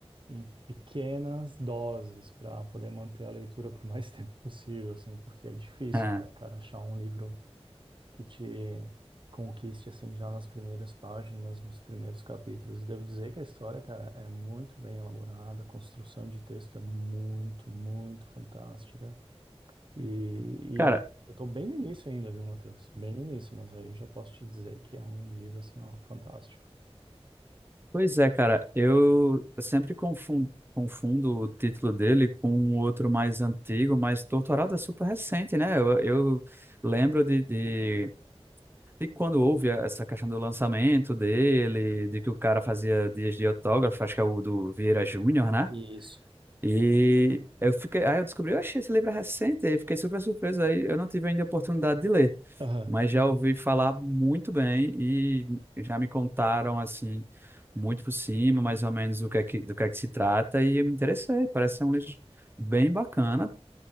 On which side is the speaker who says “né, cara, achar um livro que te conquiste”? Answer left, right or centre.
Right